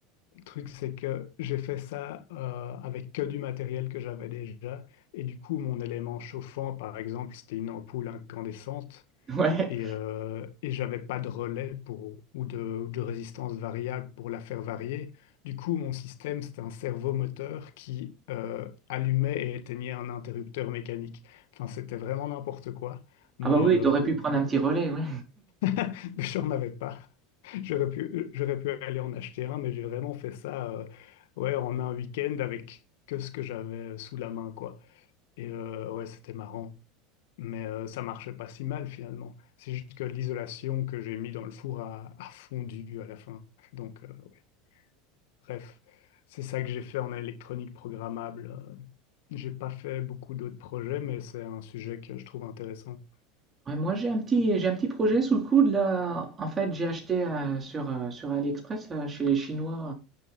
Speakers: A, on the left; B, on the right.
A: Le truc, c'est que j'ai fait ça euh, avec que du matériel que j'avais déjà. Et du coup, mon élément chauffant, par exemple, c'était une ampoule incandescente.
B: Ouais.
A: Et, euh, et j'avais pas de relais pour, ou de, ou de résistance variable pour la faire varier. Du coup, mon système, c'était un servomoteur qui euh, allumait et éteignait un interrupteur mécanique. Enfin, c'était vraiment n'importe quoi, mais
B: Ah bah oui,
A: euh,
B: t'aurais pu prendre un petit relais, ouais.
A: <laughs> j'en avais pas. J'aurais pu, euh, j'aurais pu aller en acheter un, mais j'ai vraiment fait ça euh, ouais, en un week-end avec que ce que j'avais sous la main, quoi. Et euh, ouais, c'était marrant. Mais euh, ça marchait pas si mal finalement. C'est juste que l'isolation que j'ai mis dans le four a, a fondu à la fin. Donc, euh, ouais. Bref, c'est ça que j'ai fait en électronique programmable. Euh, J'ai pas fait beaucoup d'autres projets, mais c'est un sujet que je trouve intéressant.
B: Ouais, moi, j'ai un petit, j'ai un petit projet sous le coude là. En fait, j'ai acheté euh, sur, euh, sur AliExpress là, chez les Chinois